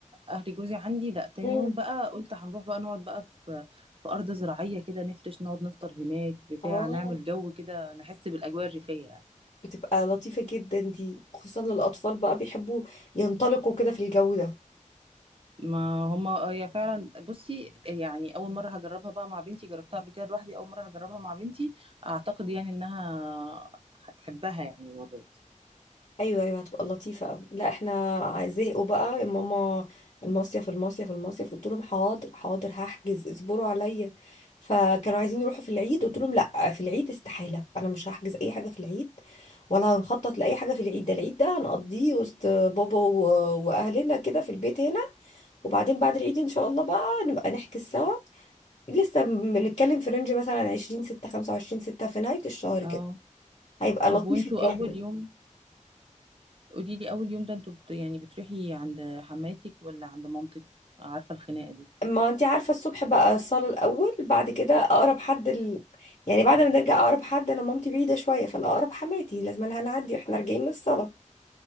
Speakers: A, on the right (about 45°); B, on the left (about 50°).
A: اهل جوزي عندي لا تاني
B: امم
A: يوم بقى قلت هنروح بقى نقعد بقى في في ارض زراعيه كده نفرش نقعد نفطر هناك بتاع
B: اه
A: نعمل جو كده نحس بالاجواء الريفيه يعني
B: بتبقى لطيفة جدا دي خصوصا للأطفال بقى بيحبوا ينطلقوا كده في الجو ده
A: ما هما هي فعلا بصي يعني اول مره هجربها بقى مع بنتي جربتها قبل كده لوحدي اول مره هجربها مع بنتي اعتقد يعني انها هتحبها يعني المره دي
B: ايوه ايوه هتبقى لطيفه قوي لا احنا عايز- زهقوا بقى يا ماما المصيف المصيف المصيف قلت لهم حاضر حاضر هحجز اصبروا عليا فكانوا عايزين يروحوا في العيد قلت لهم لا في العيد استحاله انا مش هحجز اي حاجه في العيد ولا هنخطط لاي حاجه في العيد ده العيد ده هنقضيه وسط بابا و- واهلنا كده في البيت هنا وبعدين بعد العيد ان شاء الله بقى نبقى نحجز سوا لسه بنتكلم في رينج مثلا 20 6 25 6 في نهايه الشهر كده
A: اه
B: هيبقى لطيف
A: طب وانتوا
B: الجو
A: اول
B: ده
A: يوم قولي لي اول يوم ده انتوا بت... يعني بتروحي عند حماتك ولا عند مامتك عارفه الخناقه دي
B: ما انتي عارفة الصبح بقى الصلاة الأول بعد كده أقرب حد ال... يعني بعد ما نرجع أقرب حد أنا مامتي بعيدة شوية فالأقرب حماتي لازم لها نعدي واحنا راجعين من الصلاة